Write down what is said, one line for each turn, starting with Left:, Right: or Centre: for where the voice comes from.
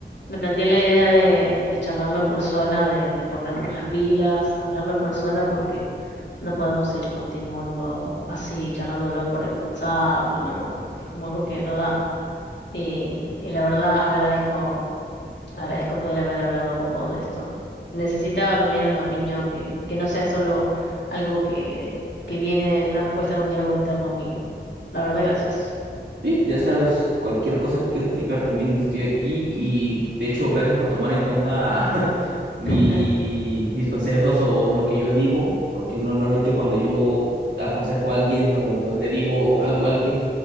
Left: le planteé la idea de, de charlarlo en persona, de, de ponernos las pilas, hablarlo en persona, porque no podemos seguir continuando así, charlándolo por el WhatsApp, y no, no, es como algo que no da. Y, y la verdad agradezco Agradezco poder haber hablado con vos de esto. Necesitaba también una opinión que, que no sea solo algo que, que viene, una respuesta de un diálogo interno mío. La verdad, gracias.
Right: Sí, ya sabes, cualquier cosa que quieras platicar, también estoy aquí y de hecho, gracias por tomar en cuenta <laughs> mi,
Left: <laughs>
Right: mis consejos o lo que yo digo, porque normalmente cuando yo aconsejo a alguien o le digo algo a alguien,